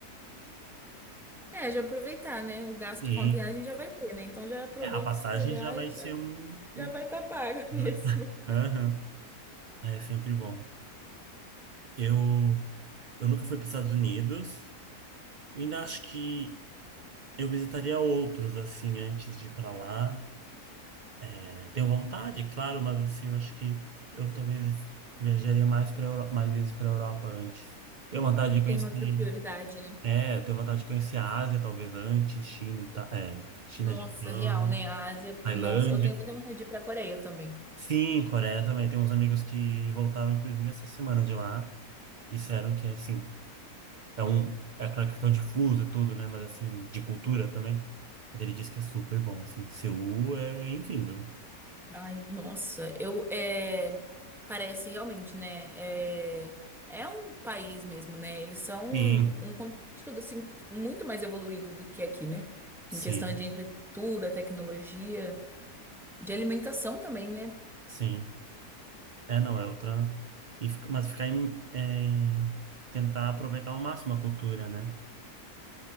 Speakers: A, in the centre; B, on the right.
A: É, já aproveitar, né? O gasto
B: Sim.
A: com a viagem já vai ter, né? Então já aproveita
B: É, a passagem
A: já
B: já vai
A: e já,
B: ser um.
A: já
B: um...
A: vai estar tá paga <laughs> mesmo.
B: já vai tá- <laughs> Aham. É sempre bom. Eu. Eu nunca fui para os Estados Unidos. Eu ainda acho que eu visitaria outros, assim, antes de ir para lá. É, tenho vontade, claro, mas, assim, eu acho que eu talvez viajaria mais, pra Euro... mais vezes para a Europa antes. Tenho vontade de conhecer.
A: Tem outra prioridade, né?
B: É, tenho vontade de conhecer a Ásia, talvez antes, China, Ita... é, China,
A: Nossa,
B: Japão,
A: real, né? A Ásia,
B: Tailândia.
A: nossa, eu tenho muita vontade de ir pra Coreia também.
B: Sim, Coreia também. Tem uns amigos que voltaram, inclusive, essa semana de lá. Disseram que, assim, É um, é aquela questão de fuso e tudo, né? Mas assim, de cultura também. Mas ele diz que é super bom, assim. Seul é incrível.
A: Ai, nossa, eu é, parece realmente, né? É, é um país mesmo, né? Eles são um,
B: Sim,
A: um continente todo assim muito mais evoluído do que aqui, né? Em
B: sim,
A: questão de infraestrutura, tecnologia, de alimentação também, né?
B: sim. É, não, é outra. E, fica- mas ficar em. é, tentar aproveitar ao máximo a cultura, né?